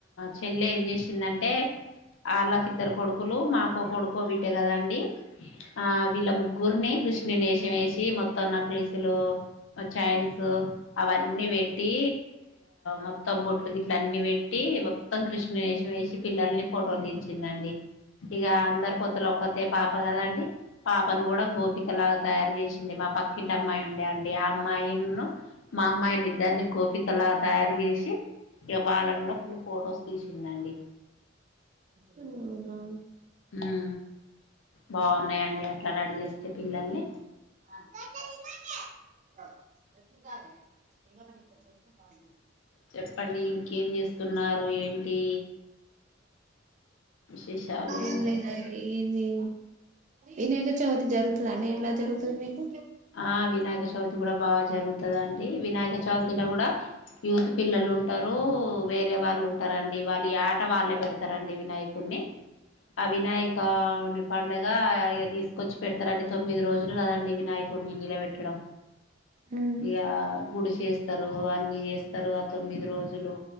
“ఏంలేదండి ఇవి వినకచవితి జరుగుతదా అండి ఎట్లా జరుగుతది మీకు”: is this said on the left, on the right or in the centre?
Right